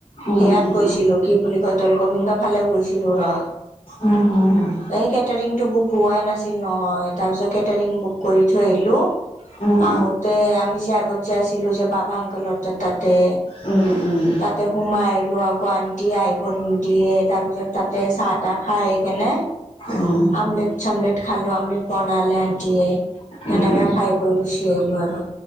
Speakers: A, on the left; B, on the left.
A: উম,
B: সেয়াত
A: উম,
B: গৈছিলো। কি বুলি কয়, দৌল গোবিন্দ ফালে গৈছিলো ৰ,
A: উম, <inaudible>
B: এই কেটাৰিং টো বহোৱাই নাছিল নহয়, তাৰ পিছত কেটাৰিং বুক কৰি থৈ আহিলো,
A: উম,
B: আহোতে আমি য গতজা আছিলিলো যে, বাবা অংক লত তাতে
A: উম, উম,
B: তাতে সোমাই আহিলো আকৌ আণ্টি আই আহিব নিদিয়ে তাৰ পিছত তাতে চাহ-তাহ খাই আহি কেনে
A: উম,
B: মট- চমলেট খালালো আমলেট বনালে আন্টিয়ে সেনেকে
A: উম,
B: খাই গৈ গুচি আাইলো আৰু,